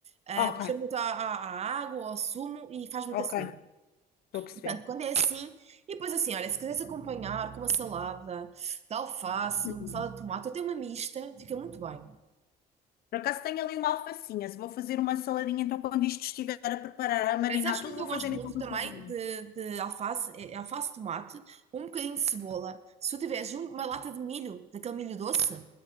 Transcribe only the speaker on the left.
Ok,
ok.
Estou a perceber.
Hum.
Por acaso tenho ali uma alfacinha. Se vou fazer uma saladinha, então quando isto estiver a preparar, a marinar
tudo,
vou
fazer então
uma
saladinha.